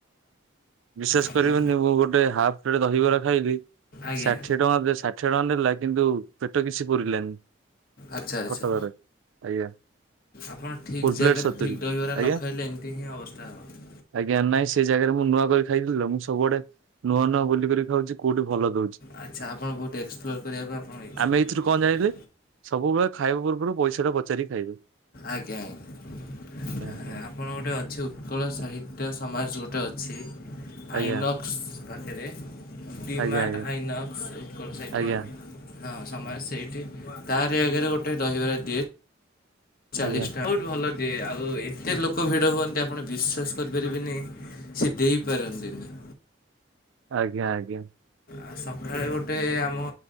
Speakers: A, on the right (about 75°); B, on the left (about 45°).
A: ବିଶେଷ
B: ଆପଣ
A: କରିବନି ମୁଁ ଗୋଟେ ହାଫ ପ୍ଲେଟ ଦହିବରା ଖାଇଲି
B: ଆଜ୍ଞା
A: ଷାଠିଏ ଟଙ୍କା ଦେ ଷା ଠିଏ ଟଙ୍କା ନେଲା କିନ୍ତୁ ପେଟ କିଛି ପୁରିଲାନି
B: ଆଚ୍ଛା ଆଚ୍ଛା
A: କଟକରେ ଆଜ୍ଞା।
B: ଆପଣ ଠିକ୍
A: ଫୁଲ୍
B: ଜାଗାରେ
A: ପ୍ଲେଟ୍ ସତୁରି
B: ଠିକ୍ ଦହିବରା
A: ଆଜ୍ଞା
B: ନ ଖାଇଲେ ଏମିତି ହିଁ ଅବସ୍ଥା ହେବ।
A: ଆଜ୍ଞା ନାଇଁ ସେ ଜାଗାରେ ମୁଁ ନୂଆ କରି ଖାଇଥିଲି ତ ମୁଁ ସବୁଆଡେ ନୂଆ ନୂଆ ବୁଲିକରି ଖାଉଛି କୋଉଠି ଭଲ ଦଉ
B: ଆଚ୍ଛା ଆପଣ ବହୁତ ଏକ୍ସପ୍ଲୋର କରିବାକୁ ଆପଣଙ୍କ
A: ଆମେ
B: ଇଚ୍ଛା।
A: ଏଇଥିରୁ କଣ ଜାଣିଲେ ସବୁବେଳେ ଖାଇବା ପୂର୍ବରୁ ପଇସା ଟା ପଚାରିକି ଖାଇବୁ।
B: ଆଜ୍ଞା ଆଜ୍ଞା
A: ଆଜ୍ଞା
B: ଆ-ଆପଣ ଗୋଟେ ଅଛି ଉତ୍କଳ ସାହିତ୍ୟ ସମାଜ ଗୋ ଟେ ଅଛି
A: ଆଜ୍ଞା
B: ଆଇନକ୍ସ ପାଖେରେ। ଡିମାର୍ଟ
A: ଆଜ୍ଞା
B: ଆଇନକ୍କ ଉତ୍କଳ ସାଇଟ୍
A: ଆଜ୍ଞା।
B: ରେ। ହଁ ସମୟ ସେଇଠି ତାରି ଆଗରେ ଗୋଟେ ଦହିବାର ଦିଏ। ଚାଳିଶ
A: ଆଜ୍ଞା
B: ଟଙ୍କା ବହୁତ ଭଲ ଦିଏ ଆଉ ଏତେ ଲୋକ ଭିଡ଼ ହୁଅନ୍ତି ଆପଣ ବିଶ୍ୱାସ କରିପାରିବେନି ସେ ଦେଇପାରନ୍ତିନି।
A: ଆଜ୍ଞା ଆଜ୍ଞା।।
B: ଆ ସକାଳେ ଗୋଟେ ଆମ